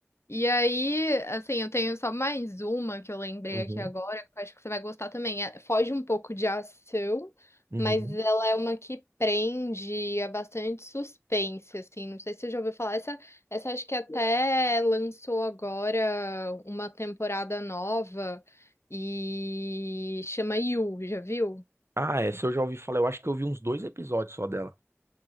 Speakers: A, on the left; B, on the right.
A: E aí, assim, eu tenho só mais uma que eu lembrei
B: Uhum,
A: aqui agora, que eu acho que você vai gostar também. É- foge um pouco de ação,
B: uhum.
A: mas ela é uma que prende, é bastante suspense, assim. Não sei se você já ouviu falar. Essa, essa acho que até lançou agora uma temporada nova e chama You, já viu?
B: Ah, essa eu já ouvi falar. Eu acho que eu vi uns dois episódios só dela.